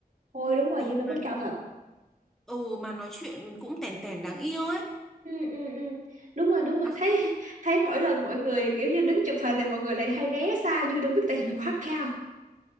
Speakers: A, on the right; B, in the centre.
A: Thôi đúng rồi, Unibet
B: Mà
A: cao thật.
B: ừ mà nói chuyện cũng tèn tèn đáng yêu ấy.
A: Ừ, ừ, ừ. đúng rồi đúng rồi
B: Mà
A: thấy thấy mỗi lần mọi người kiểu như đứng chụp hình thì mọi người lại hay né xa như đừng biết tại vì quá cao